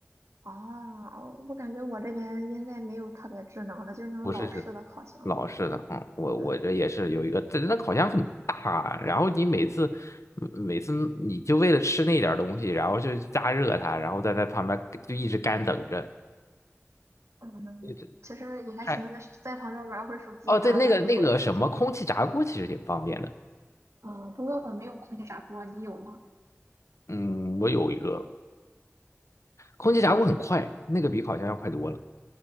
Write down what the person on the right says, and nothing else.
哦，我感觉我这边应该没有特别智能的，就是那种老式的烤箱。
嗯。
嗯，
其实也还行，
在在旁边玩会儿手机啥的，
一会儿就过去了。嗯，不过我没有空气炸锅，你有吗？